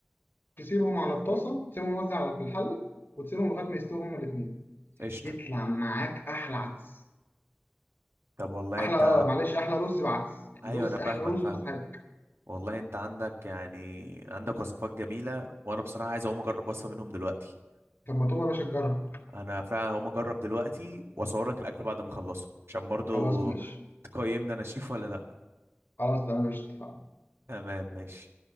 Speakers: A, on the left (about 60°); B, on the right (about 85°).
A: تسيبهم على الطاسه تسيبهم موزع على في الحله وتسيبهم لغايه ما يستووا هما الاثنين
B: قشطة
A: يطلع معاك احلى عدس
B: طب والله
A: احلى
B: انت
A: اه معلش احلى رز بعدس يعني
B: ايوه
A: بص
B: انا
A: احلى
B: فاهمك
A: رز
B: فاهمك
A: دوته في حياتك
B: والله انت عندك يعني عندك وصفات جميلة وانا بصراحة عايز اقوم اجرب وصفة منهم دلوقتي
A: طب ما تقوم يا باشا تجرب
B: انا فعلا هقوم اجرب دلوقتي واصور لك الاكل بعد ما اخلصه عشان برضو
A: خلاص ماشي
B: تقيمني انا شيف ولا لا
A: خلاص تمام ماشي اتفقنا
B: تمام ماشي